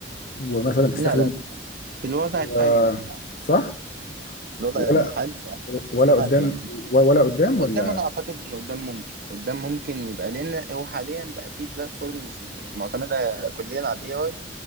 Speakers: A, on the left; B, on the right.
A: ومثلا تستخدم
B: لا لا في الوضع الحالي
A: آه،
B: لا صعب
A: صح
B: الوضع
A: ولا
B: الحالي صعب
A: ولا
B: استحالة
A: قدام
B: يعني
A: ولا قدام
B: لا
A: ولا
B: قدام أنا أعتقد إن قدام ممكن قدام ممكن يبقى لأن هو حاليا بقى في بلاتفورمز معتمدة كليا على ال AI